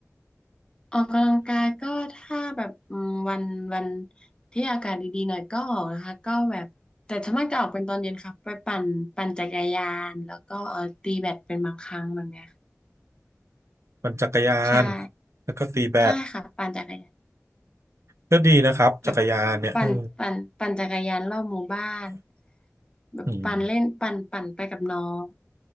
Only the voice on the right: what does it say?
ปั่นจักรยาน
แล้วก็ตีแบด
ก็ดีนะครับจักรยานเนี่ยเออ
อืม